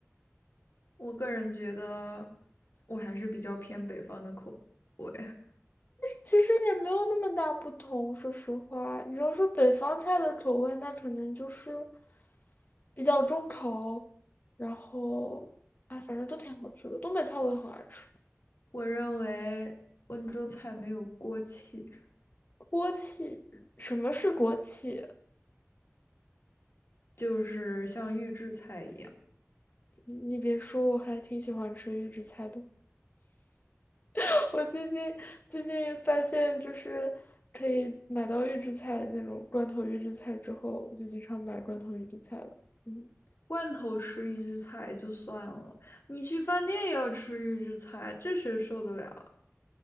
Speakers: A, on the left (about 55°); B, on the left (about 40°).
A: 我个人觉得，我还是比较偏北方的口味。
B: 其实也没有那么大不同，说实话，你要说北方菜的口味，那可能就是比较重口，然后哎，反正都挺好吃的。东北菜我也很爱吃，
A: 我认为温州菜没有锅气，
B: 锅气，什么是锅气？
A: 就是像预制菜一样，
B: 你你别说，我还挺喜欢吃预制菜的。<laughs> 我最近最近发现，就是可以买到预制菜那种罐头预制菜之后，我就经常买罐头预制菜了。嗯，
A: 罐头吃预制菜就算了，你去饭店也要吃预制菜，这谁受得了？